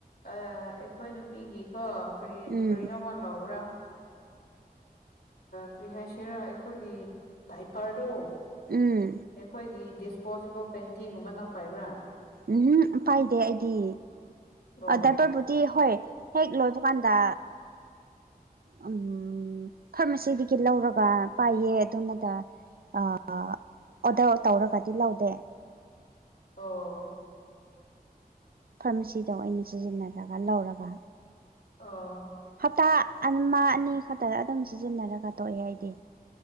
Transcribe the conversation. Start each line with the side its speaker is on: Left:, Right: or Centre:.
Left: ꯑꯩꯈꯣꯏ ꯅꯨꯄꯤꯒꯤ ꯀ ꯀꯔꯤ
Right: ꯎꯝ
Left: ꯀꯔꯤꯅꯣꯃꯜ ꯂꯧꯕ꯭ꯔꯥ ꯀꯔꯤ ꯍꯥꯏꯁꯤꯔꯥ ꯑꯩꯈꯣꯏꯒꯤ ꯗꯥꯥꯏꯄꯔꯗꯣ
Right: ꯎꯝ
Left: ꯑꯩꯈꯣꯏꯒꯤ ꯗꯤꯁꯄꯣꯖꯤꯕꯜ ꯄꯦꯟꯇꯤꯒꯨꯝꯕ ꯅꯪ ꯄꯥꯏꯕ꯭ꯔꯥ
Right: ꯎꯝ ꯄꯥꯏꯗꯦ ꯑꯩꯗꯤ
Left: ꯑꯣ
Right: ꯑꯗꯕꯨ ꯗꯤ ꯍꯣꯏ ꯍꯦꯛ ꯂꯣꯏꯕ ꯀꯥꯟꯗ ꯎꯝ ꯐꯥꯔꯃꯥꯁꯤꯗꯒꯤ ꯂꯧꯔꯒ ꯄꯥꯏꯌꯦ ꯑꯗꯨꯅꯗ ꯑꯥ ꯑꯥ ꯑꯣꯗꯔ ꯇꯧꯔꯒꯗꯤ ꯂꯧꯗꯦ
Left: ꯑꯣ
Right: ꯐꯥꯔꯃꯥꯁꯤꯗ ꯑ ꯑꯣꯏꯅꯩꯅ ꯁꯤꯖꯤꯟꯅꯔꯒ ꯂꯧꯔꯒ
Left: ꯑꯣ
Right: ꯍꯞꯇꯥ ꯑꯃ ꯑꯃ ꯑꯅꯤ ꯈꯛꯇꯗ ꯑꯗꯨꯝ ꯁꯤꯖꯤꯟꯅꯔꯒ ꯇꯣꯛꯏꯦ ꯑꯩꯗꯤ